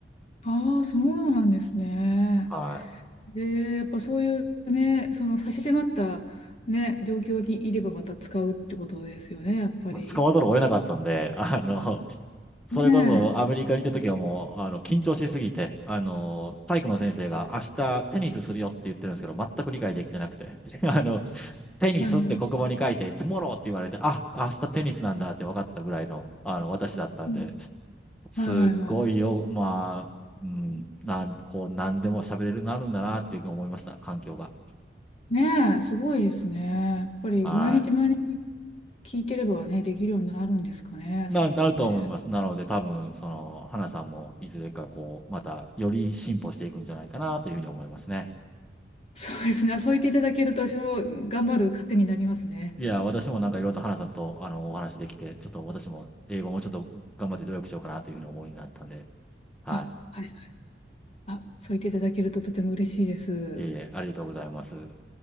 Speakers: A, on the left; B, in the centre.
A: ああ、そうなんですね。
B: は
A: で、やっぱそういうね、その差し迫ったね、状況にいればまた使うってことですよね、やっぱり。
B: い。使わざるを得なかったんで、<laughs> あの、それこそアメリカに行った時はもう、
A: ねえ。
B: あの、緊張しすぎて、あの、体育の先生が明日テニスするよって言ってるんですけど、全く理解できてなくて、<laughs> あの、テニスって黒板に書いて、
A: はい
B: トゥモローって言われて、あ、明日テニスなんだって分かったぐらいの、あの、私だったんで、
A: うん
B: すごいよ、
A: はいはいは
B: まあ、うん、なん、こう、何でも喋れるようになるんだなっていうふうに思いました、環境が。
A: い。ねえ、すごいですね。やっぱり毎日毎日
B: はい。
A: 聞いてればね、できるようになるんですかね、
B: な、
A: そういうのって。
B: なると思います。なので、多分、その、花さんも、いずれか、こう、また、より進歩していくんじゃないかな、というふうに思いますね。
A: そうですね。あ、そう言っていただけると私も頑張る糧になりますね。
B: いや、私もなんか、いろいろと花さんと、あの、お話できて、ちょっと私も、英語もちょっと頑張って努力しようかな、というふうに思いになったんで、はい。
A: あ、はい。あ、そう言っていただけるととても嬉しいです。
B: えーありがとうございます。